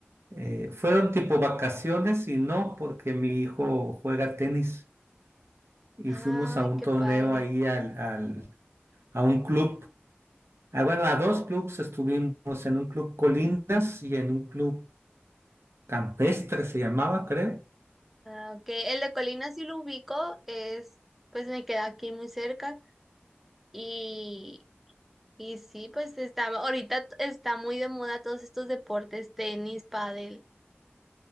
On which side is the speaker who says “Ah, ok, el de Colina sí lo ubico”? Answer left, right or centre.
Centre